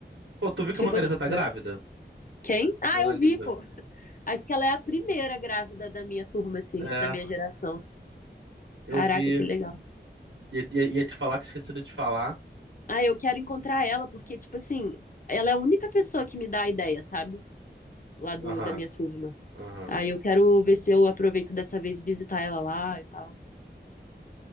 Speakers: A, on the right; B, on the left.
A: Pô, tu viu
B: Tipo
A: que a Mona
B: assim,
A: Lisa tá
B: né?
A: grávida?
B: quem? Ah,
A: Mona
B: eu vi,
A: Lisa.
B: pô. Acho que ela é a primeira grávida da minha turma, assim,
A: É,
B: da minha geração.
A: eu
B: Caraca,
A: vi.
B: que legal.
A: Ia, ia, ia te falar, tinha esquecido de falar.
B: Ah, eu quero encontrar ela, porque, tipo assim, ela é a única pessoa que me dá a ideia, sabe? Lá do,
A: Aham,
B: da minha turma.
A: aham.
B: Aí eu quero ver se eu aproveito dessa vez e visitar ela lá e tal.